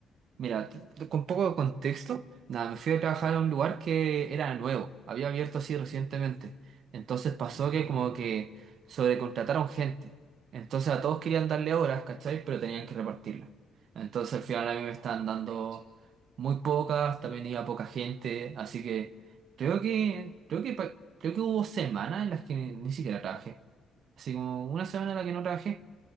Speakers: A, on the right; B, on the right.
A: Mira, t- t- con poco de contexto, nada, me fui a trabajar
B: Ujú.
A: a un lugar que era nuevo, había abierto así recientemente. Entonces pasó
B: Mm.
A: que como que sobrecontrataron gente. Entonces a todos querían darle horas, ¿cachai? Pero tenían que repartirlas. Entonces al final a mí me
B: Ah,
A: estaban dando
B: cacha.
A: muy pocas, también iba poca gente, así que creo que creo que pa- creo que hubo semanas en las que ni, ni siquiera trabajé. Así como una semana en la que no trabajé.